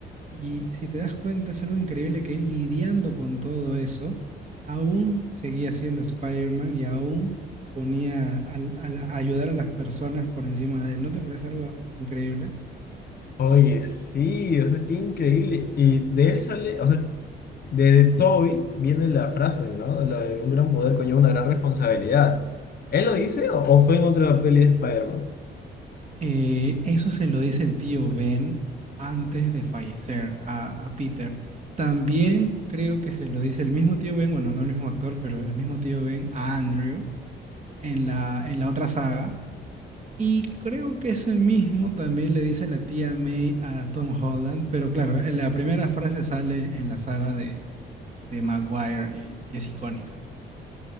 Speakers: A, on the right; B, on the left.
A: y si te das cuenta es algo increíble que él lidiando con todo eso, aún seguía siendo Spider-Man y aún ponía a, a la- a ayudar a las personas por encima de él. ¿No te parece algo increíble?
B: Oye, sí, o sea, qué increíble. Y de él sale, o sea, Desde Toby viene la frase, ¿no? La de un gran poder conlleva una gran responsabilidad. ¿Él lo dice o, o fue en otra peli de Spider-Man?
A: Eh, eso se lo dice el tío Ben antes de fallecer a, a Peter. También creo que se lo dice el mismo tío Ben, bueno, no el mismo actor, pero el mismo tío Ben a Andrew en la, en la otra saga. Y creo que ese mismo también le dice la tía May a Tom Holland, pero claro, la primera frase sale en la saga de, de Maguire y y es icónica.